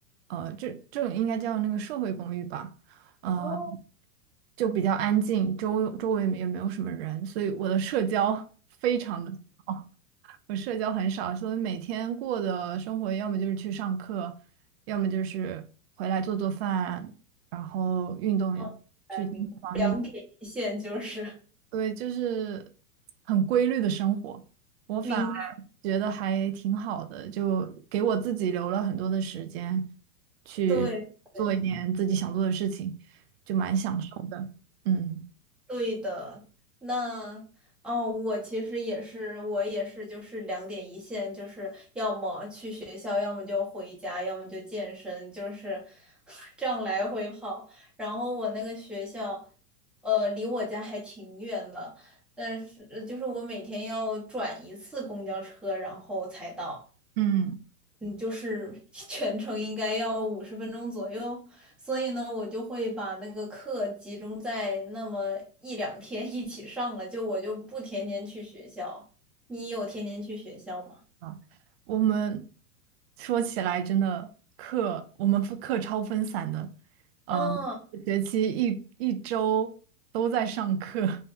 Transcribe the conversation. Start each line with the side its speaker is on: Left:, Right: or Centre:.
Right: 呃，这这种应该叫那个社会公寓吧，呃，
Centre: 哦
Right: 就比较安静，周周围也没有什么人，所以我的社交非常的少。<laughs> 我社交很少，所以每天过的生活要么就是去上课，要么就是回来做做饭，然后运动，
Centre: 哦，明白明白，
Right: 去健身房运，
Centre: 两点一线就是
Right: 对，就是很规律的生活。我反而
Centre: 明白，
Right: 觉得还挺好的，就给我自己留了很多的时间去做一点自己想做的事情，
Centre: 对对，
Right: 就蛮享受的。嗯
Centre: 对的，那哦，我其实也是，我也是，就是两点一线，就是要么去学校，要么就回家，要么就健身，就是 <laughs> 这样来回跑。然后我那个学校，呃，离我家还挺远的，但是呃就是我每天要转一次公交车，然后才到。
Right: 嗯。
Centre: 嗯，就是 <laughs> 全程应该要五十分钟左右，所以呢，我就会把那个课集中在那么一两天一起上了，就我就不天天去学校。你有天天去学校吗？
Right: 啊，我们说起来真的课，我们分课超分散的，呃，
Centre: 嗯，
Right: 学期一一周都在上课，